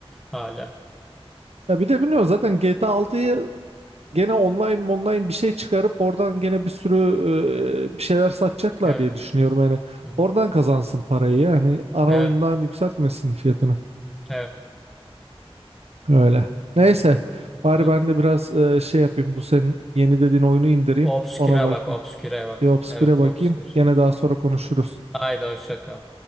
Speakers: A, in the centre; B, on the right.
A: Hala.
B: Ya bir de bilmiyorum zaten GTA 6'yı gene online online bir şey çıkarıp oradan gene bir sürü e, bir şeyler satacaklar
A: Evet.
B: diye düşünüyorum. Yani
A: Hı hı.
B: oradan kazansın parayı yani ana
A: Evet.
B: oyundan yükseltmesin fiyatını.
A: Evet.
B: Öyle. Neyse bari
A: Öyle.
B: ben de biraz e, şey yapayım bu senin yeni dediğin oyunu indireyim
A: Obsküre
B: ona bakayım.
A: bak, obsküre bak.
B: Bir Obscure'e
A: Evet,
B: bakayım
A: obskür.
B: gene daha sonra konuşuruz.
A: Evet. Haydi hoşça kal.